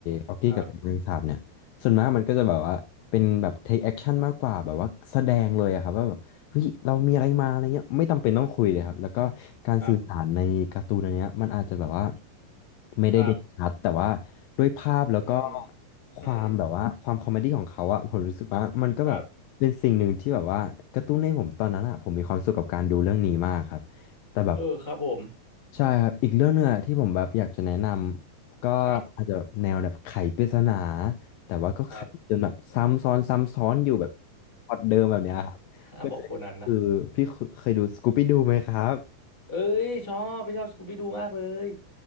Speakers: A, on the left; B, in the centre.
A: ออกกี้กับแมลงสาบเนี่ยส่วนมากมันก็จะแบบว่าเป็นแบบ
B: ครับ
A: take action มากกว่าแบบว่าแสดงเลยอะครับว่าแบบ เฮ้ยเรามีอะไรมาอะไรเงี้ยไม่จำเป็นต้องคุยเลยครับแล้วก็การสื่อสารในการ์ตูนอันเนี้ยมันอาจจะแบบว่า
B: ครับ
A: ไม่ได้เด่นชัดแต่ว่าด้วยภาพแล้วก็
B: ครับอืม
A: ความแบบว่าความคอมเมดี้ของเขาอะผมรู้สึกว่ามันก็แบบเป็นสิ่งหนึ่งที่แบบว่ากระตุ้นให้ผมตอนนั้นอะผมมีความสุขกับการดูเรื่องนี้มากครับแต่แบบ
B: อืมครับเออครับผม
A: ใช่ครับอีกเรื่องหนึ่งอะที่ผมแบบอยากจะแนะนำก็อาจจะแนวแบบไขปริศนา
B: ครับ
A: แต่ว่าก็ไขจนแบบซ้ำซ้อนซ้ำซ้อนอยู่แบบ
B: ครับ
A: พล็อตเดิมแบบเนี้ยครับ
B: <laughs> ห้ามบอกโคนันนะ
A: <laughs> คือพี่เคเคยดูสกูปี้ดูไหมครับ
B: เอ้ยชอบพี่ชอบสกูบี้ดูมากเลย